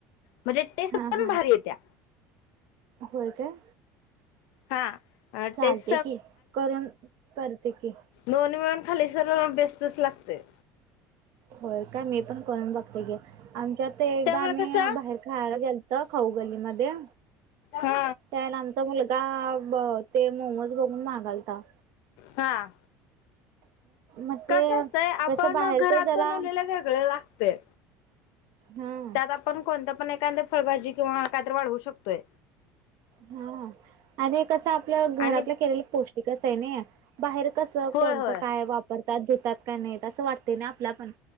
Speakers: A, on the left; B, on the right.
A: म्हणजे टेस्ट
B: हा
A: पण
B: हा
A: भारी य त्या.
B: होय काय,
A: हा.
B: चालते
A: टेस्ट
B: की करून करते की,
A: नन मन खाली सर बेस्तच लागते,
B: होय काय मी पण करून बघते घे आमच्या एकदा
A: त्यामुळे
B: आम्ही
A: कसं
B: बाहेर खायला गेलो त खाऊगलीमध्ये.
A: हा
B: त्याला आमचा मुलगा ते मोमोज बघून मागालता.
A: हा.
B: मग ते
A: कस असतय आपण
B: कसं बाहेरच
A: घरात
B: जरा
A: बनवलेले वेगळे लागते.
B: हा
A: त्यात आपण कोणत पण एखाद फळभाजी किंवा काय तर वाढवू शकतोय.
B: हा आणि कसं आपलं घरातलं
A: आणि
B: केलेलं पौष्टिकच आहे नई बाहेर कसं
A: होय
B: कोणतं
A: होय
B: काय वापरतात घेतात का नाही असं वाटत नाही आपल्या पण